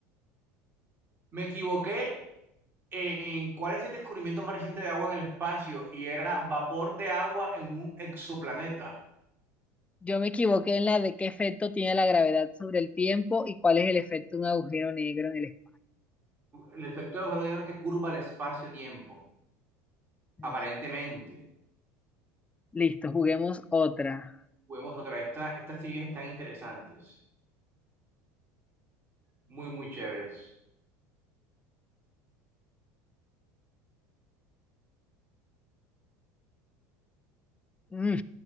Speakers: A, on the right; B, on the left.
A: Me equivoqué en cuál es el descubrimiento más reciente de agua en el espacio y era vapor de agua en un exoplaneta.
B: Yo me equivoqué en la de qué efecto tiene la gravedad sobre el tiempo y cuál es el efecto de un agujero negro en el
A: El efecto del agujero negro que curva el espacio-tiempo.
B: espacio.
A: Aparentemente.
B: Listo, juguemos otra.
A: Juguemos otra. Esta, estas teorías están interesantes. Muy, muy chéveres.
B: Mm.